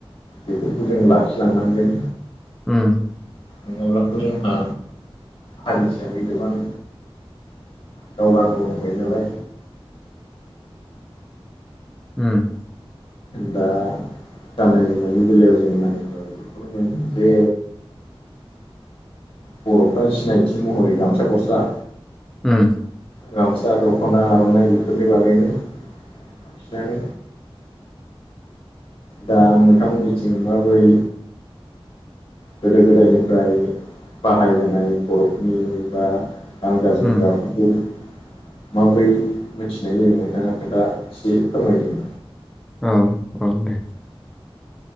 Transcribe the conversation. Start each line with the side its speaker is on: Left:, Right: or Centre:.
Left: बेफोरखौ जों लाखिलांनांगोन
Centre: उम
Left: नङाब्लाथ' जोंहा हारि हिसाबै गोबां दावगानांगौ दंबायो नालाय
Centre: ओम।
Left: दा गाननाय जोमनायनि बेलायाव जों नायोब्ला बेफोरखौनो मोनो बे बर'फ्रा सिनायथि महरै गामसा गस्ला
Centre: ओम।
Left: गामसा दख'ना आर'नाइ बेफोरनि बागैनो बांसिनानो दा नोंथांमोननिथिं माबोरै गोदो गोदायनिफ्राय बाहायबोनाय बर'फोरनि बा गानग्रा जोमग्राफो
Centre: उम
Left: थबि माब्रै मोनथिनाय जायो नोंथाङा खोन्था एसे फोरमायदो
Centre: औ-औ दे।